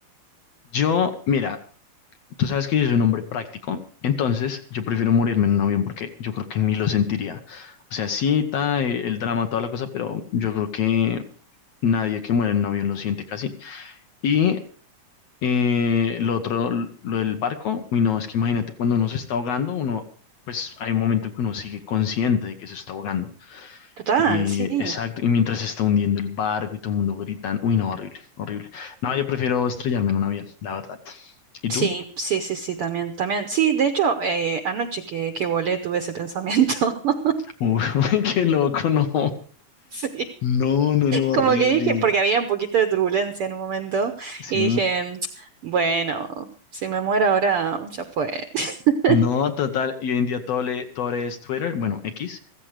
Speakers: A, on the left (about 65°); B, on the right (about 70°).
A: Yo, mira, Tú sabes que yo soy un hombre práctico, entonces yo prefiero morirme en un avión porque yo creo que ni lo sentiría. O sea, sí está eh, el drama, toda la cosa, pero yo creo que nadie que muere en un avión lo siente casi. Y eh, lo otro, lo del barco, uy, no, es que imagínate cuando uno se está ahogando, uno, pues hay un momento en que uno sigue consciente de que se está ahogando.
B: Total,
A: Y
B: sí.
A: exacto, y mientras se está hundiendo el barco y todo el mundo gritan, uy, no, horrible, horrible. No, yo prefiero estrellarme en un avión, la verdad. ¿Y tú?
B: Sí, sí, sí, sí, también, también. Sí, de hecho, eh, anoche que, que volé tuve ese pensamiento. <laughs>
A: Uy, <laughs> qué loco, no.
B: Sí.
A: No, no, no,
B: Como
A: horrible.
B: que dije, porque había un poquito de turbulencia en un momento,
A: Sí.
B: y dije, bueno, si me muero ahora, ya fue. <laughs>
A: No, total. Y hoy en día todo, le, todo es Twitter, bueno, X,